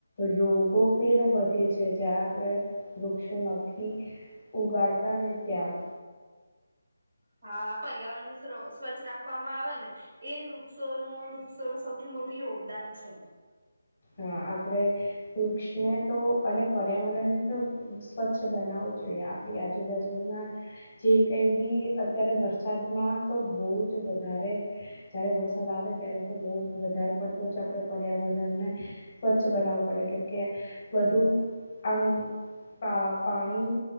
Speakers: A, on the left; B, on the right.
A: રોગો પેણ વધે છે. જ્યાં આપણે વૃક્ષો નથી ઉગાડતા અને ત્યાં
B: હા પર્યાવરણ ને શ્ર સ્વચ્છ રાખવામાં આવે ને એ વૃક્ષો નું વૃક્ષોનું સૌથી મોટું યોગદાન છે.
A: હા આપડે વૃક્ષને તો અને પર્યાવરણને તો સ્વચ્છ બનાવું તે આપડી આજુબાજુના જે કઈ બી અત્યારે વરસાદમાં તો બહુ જ વધારે જયારે વરસાદ આવે ત્યારે તો બહુ વધારે પડતો જ આપડે પર્યાવરણ ને સ્વચ્છ બનાવવું પડે, કેમકે વધુ આમ આ પાણી